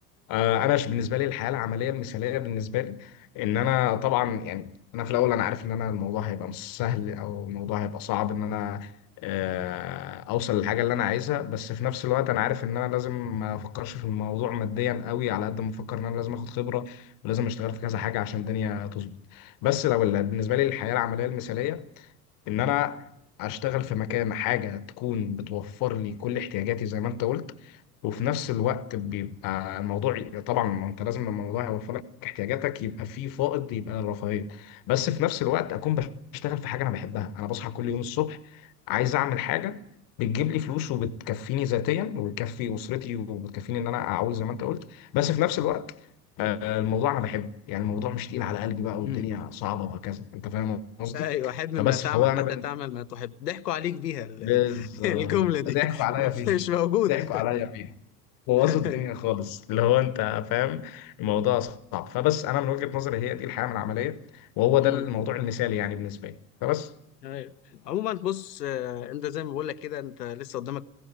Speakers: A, on the left; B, on the left.
A: آه، انا ش- بالنسبه لي الحياه العمليه المثاليه بالنسبه لي ان انا طبعا يعني انا في الاول انا عارف ان انا الموضوع هيبقى مش سهل او الموضوع هيبقى صعب ان انا آه، اوصل للحاجه اللي انا عايزها بس في نفس الوقت انا عارف ان انا لازم ما افكرش في الموضوع ماديا قوي على قد ما افكر ان انا لازم اخد خبره ولازم اشتغل في كذا حاجه عشان الدنيا تظبط بس لو ال- بالنسبه لي الحياه العمليه المثاليه ان انا اشتغل في مكان حاجه تكون بتوفر لي كل احتياجاتي زي ما انت قلت وفي نفس الوقت بيبقى الموضوع طبعا ما انت لازم لما الموضوع يوفر لك احتياجاتك يبقى في فائض يبقى الرفاهيه بس في نفس الوقت اكون بشتغل في حاجه انا بحبها انا بصحى كل يوم الصبح عايز اعمل حاجه بتجيب لي فلوس وبتكفيني ذاتيا وبتكفي اسرتي وبتكفيني ان انا اعوز زي ما انت قلت بس في نفس الوقت آه، الموضوع انا بحبه يعني الموضوع مش تقيل على قلبي بقى
B: امم
A: والدنيا صعبه وهكذا انت فاهم قصدي
B: ايوه حب ما
A: فبس
B: تعمل
A: فهو انا
B: حتى
A: بن...
B: تعمل ما تحب ضحكوا عليك بيها ال-
A: بالظبط
B: <laughs> الجملة دي
A: ضحكوا
B: <laughs>
A: عليا فيها
B: مش موجودة
A: ضحكوا عليا فيها بوظوا
B: <laughs>
A: الدنيا خالص اللي هو انت فاهم الموضوع صعب فبس انا من وجهة نظري هي دي الحياة من العملية وهو ده
B: امم
A: الموضوع المثالي يعني بالنسبة لي فبس
B: ايوه عموما بص آه، انت زي ما بقول لك كده انت لسه قدامك